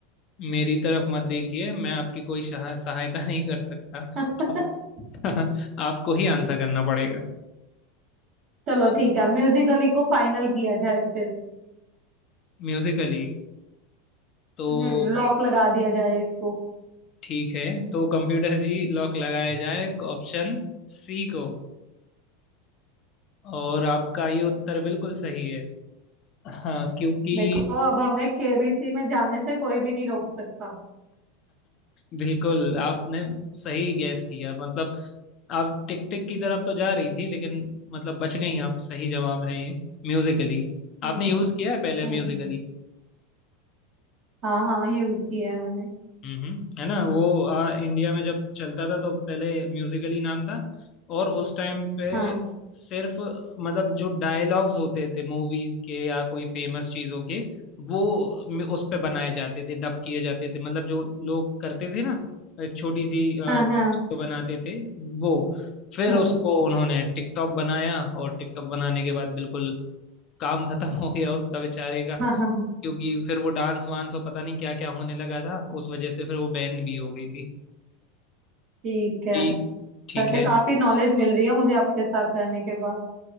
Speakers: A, on the left (about 45°); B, on the right (about 55°).
A: मेरी तरफ मत देखिए मैं आपकी कोई शहा- सहायता नहीं कर सकता
B: <laughs>
A: आप, <laughs> आपको ही आंसर करना पड़ेगा
B: चलो ठीक है म्यूजिकली को फाइनल किया जाए फिर
A: म्यूजिकली तो
B: हम्म लॉक लगा दिया जाए इसको
A: ठीक है तो कंप्यूटर जी लॉक लगाया जाए ऑप्शन सी को और आपका ये उत्तर बिल्कुल सही है हाँ क्योंकि
B: देखो अब हमें केबीसी में जाने से कोई भी नहीं रोक सकता
A: बिल्कुल आपने सही गैस किया मतलब आप टिक टिक की तरफ तो जा रही थी लेकिन मतलब बच गई आप सही जवाब है ये म्यूजिकली
B: हम्म
A: आपने यूज किया है पहले
B: हम्म
A: म्यूजिकली
B: हाँ हाँ यूज किया है मैंने
A: हम्म है ना वो आ, इंडिया में जब चलता था तो पहले म्यूजिकली नाम था और उस टाइम पे
B: हाँ
A: सिर्फ मतलब जो डायलॉग्स होते थे मूवीज के या कोई फेमस चीजों के वो म- उस पे बनाए जाते थे डब किए जाते थे मतलब जो लोग करते थे ना एक छोटी सी वीडियो
B: हाँ हाँ
A: बनाते थे वो फिर
B: हम्म
A: उसको उन्होंने टिकटॉक बनाया और टिकटॉक बनाने के बाद बिल्कुल काम खत्म हो गया उसका बेचारे
B: हाँ हाँ हाँ,
A: क्योंकि फिर वो डांस वांस और पता नहीं क्या क्या होने लगा था उस वजह से फिर वो बैन भी हो गई थी
B: ठीक है
A: ठीक ठीक
B: वैसे
A: है
B: काफी नॉलेज मिल रही है मुझे आपके साथ रहने के बाद